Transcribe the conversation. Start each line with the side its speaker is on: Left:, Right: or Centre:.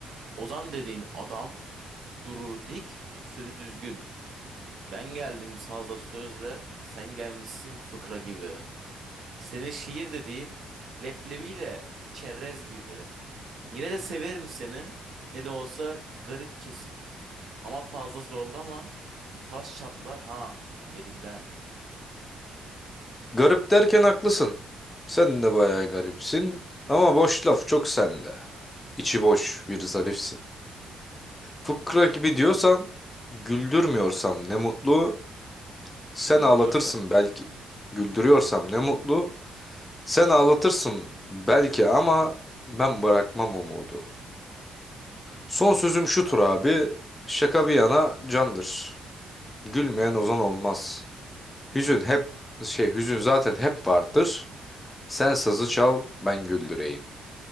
Right: Ozan dediğin adam durur dik, sözü düzgün. Ben geldim sazla sözle, sen gelmişsin fıkra gibi. Senin şiir dediğin leblebiyle çerez gibi. Yine de severim seni. Ne de olsa garipçesin. Ama fazla zorlama. Taş çatlar ha yerinden.
Left: Garip derken haklısın. Sen de bayağı garipsin. Ama boş laf çok sende. İçi boş bir zarifsin. Fıkra gibi diyorsan güldürmüyorsam ne mutlu. Sen
Right: Güldürüyorsam.
Left: ağlatırsın belki. Güldürüyorsam ne mutlu. Sen ağlatırsın belki ama ben bırakmam umudu. Son sözüm şudur abi. Şaka bir yana candır. Gülmeyen ozan olmaz. Hüzün hep şey hüzün zaten hep vardır. Sen sazı çal ben güldüreyim.